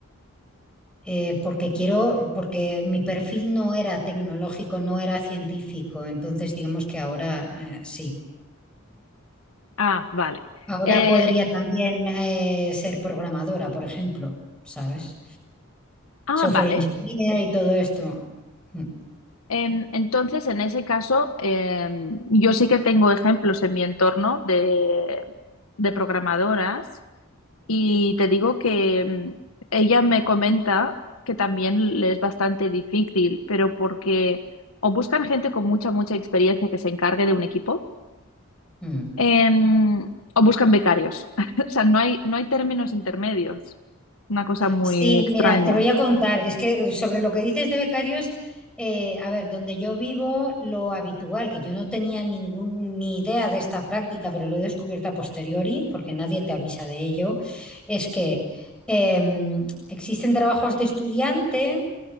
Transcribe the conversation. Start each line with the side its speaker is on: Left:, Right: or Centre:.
Centre: Eh, porque quiero, porque mi perfil no era tecnológico, no era científico, entonces digamos que ahora eh, sí.
Left: Ah, vale.
Centre: Ahora
Left: Eh,
Centre: podría también eh, ser programadora, por ejemplo, ¿sabes?
Left: ah,
Centre: Software
Left: vale.
Centre: engineer y todo esto. Mm,
Left: Em, Entonces, en ese caso, em, yo sí que tengo ejemplos en mi entorno de, de programadoras y te digo que em, ella me comenta que también le es bastante difícil, pero porque o buscan gente con mucha, mucha experiencia que se encargue de un equipo,
Centre: mm.
Left: em, o buscan becarios. <laughs> O sea, no hay, no hay términos intermedios. Una cosa muy
Centre: Sí,
Left: extraña.
Centre: mira, te voy a contar, es que sobre lo que dices de becarios, eh, a ver, donde yo vivo, lo habitual, que yo no tenía ningún, ni idea de esta práctica, pero lo he descubierto a posteriori, porque nadie te avisa de ello, es que em, existen trabajos de estudiante